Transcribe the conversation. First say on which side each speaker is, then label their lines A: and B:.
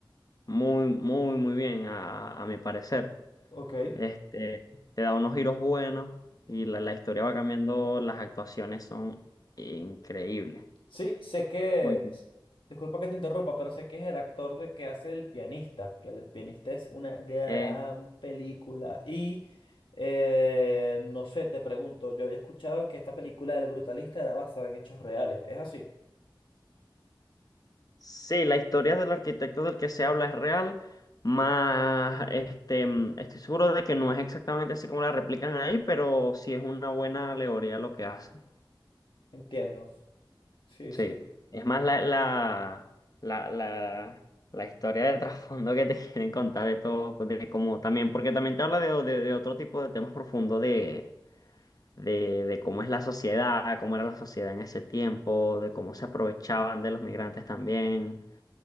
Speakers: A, on the left; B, on the left.
A: Muy, muy, muy bien, a, a mi parecer.
B: ok.
A: Este, te da unos giros buenos y la, la historia va cambiando. Las actuaciones son increíbles.
B: Sí, sé que,
A: Muy
B: s- disculpa que te interrumpa, pero sé que es el actor de que hace El pianista, que El pianista es una gran
A: bien.
B: película. Y eh, no sé, te pregunto, yo había escuchado que esta película del brutalista era basada en hechos reales, ¿es así?
A: Sí, la historia del arquitecto del que se habla es real, más este, mm, estoy seguro de que no es exactamente así como la replican ahí, pero sí es una buena alegoría lo que hacen.
B: Entiendo. Sí,
A: Sí,
B: sí.
A: es más la, la, la, la, la historia de trasfondo que te <laughs> quieren contar de todo, de cómo también, porque también te habla de, de- de otro tipo de temas profundos de, de, de cómo es la sociedad, cómo era la sociedad en ese tiempo, de cómo se aprovechaban de los migrantes también.